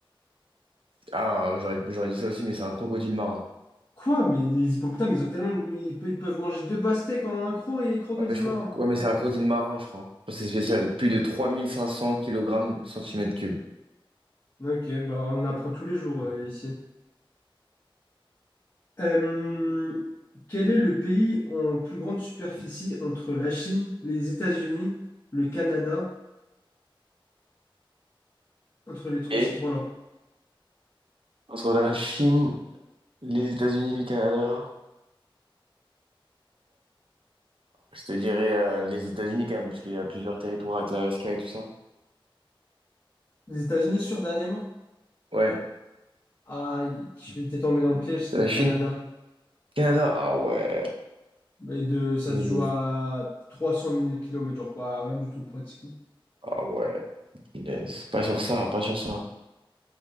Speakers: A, on the right (about 70°); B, on the left (about 30°).
A: Ah, ouais, j'aurais j'aurais dit ça aussi, mais c'est un crocodile marin.
B: Quoi? Mais les hippopotames, ils ont tellement. mais Ils, pe- ils peuvent manger deux pastèques en un croc et crocodile
A: Ouais, mais je
B: marin.
A: crois que- ouais, mais
B: Ok.
A: c'est un crocodile marin, je crois. Je crois que C'est spécial. Plus de trois mille cinq cents kilogrammes cm cube.
B: Ok, bah on apprend tous les jours euh, ici. Euh, quel est le pays en plus grande superficie entre la Chine, les États-Unis, le Canada, entre les trois,
A: Et
B: ces trois-là?
A: entre la Chine, les États-Unis, le Canada. Je te dirais euh, les États-Unis quand même, parce qu'il y a plusieurs territoires avec l'Alaska et tout ça.
B: Les États-Unis sur dernièrement?
A: Ouais.
B: Ah, je m'étais tombé dans le piège, c'était
A: La
B: le
A: Chine,
B: Canada.
A: Canada. Ah ouais.
B: Et de, ça
A: Et
B: se joue
A: les-
B: à 300 000 km, genre quoi, rien du tout pratique.
A: Ah ouais. Les- Pas sur ça, pas sur ça.